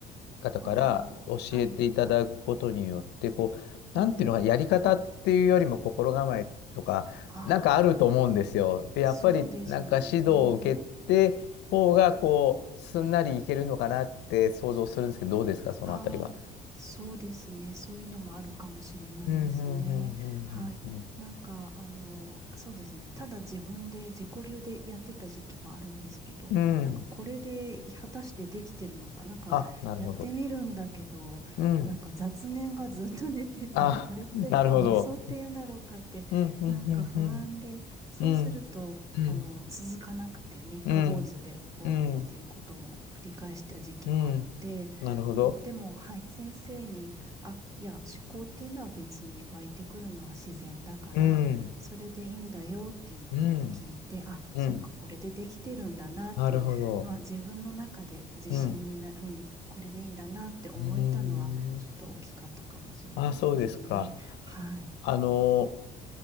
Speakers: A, on the left; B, on the right.
A: 方から教えていただくことによって、
B: ああ、はい。
A: こう、なんていうのか、
B: うん。
A: やり方っていうよりも心構えとか、
B: ああ
A: なんかあると思うんですよ。で、やっぱりなんか指導を受けて、
B: そうですね。うん。
A: 方がこう、すんなりいけるのかなって想像するんですけど、どうですか、そのあたりは。
B: ああ、そうですね。そういうのもあるかもしれないですね。
A: うん、うん、うん、
B: はい。
A: うん、
B: なんか、あの、そうですね。ただ自分で自己流でやってた時期もあるんですけど、
A: うん。
B: なんかこれで果たしてできてるのか、
A: うん。
B: なんかやってみるんだけど、
A: あ、なるほど。うん。
B: なんか雑念がずっと出てて、
A: あ、
B: これって瞑想って言うんだろうかって、
A: なるほど。うん、うん、
B: なんか不安で、
A: うん、
B: そうすると、
A: うん。うん、
B: あの、続かなくて、三日坊主で終わるっていうことも繰り返した時期もあって、
A: うん、うん、うん、うんなるほど。
B: うん、でも、はい、先生に、あ、いや、思考っていうのは別に湧いてくるのは自然だから、
A: うん。
B: それでいいんだよっていうのを聞いて、
A: うん。
B: あ、
A: うん。
B: そっか、これでできてるんだなっていう、
A: なるほど。
B: まあ自分の中で自信にな、
A: うん。
B: うん、これでいいんだなって思えたのは、
A: うー
B: ちょっと大きかったかもしれないですね。
A: ん。あ、そうですか。
B: はい。
A: あの、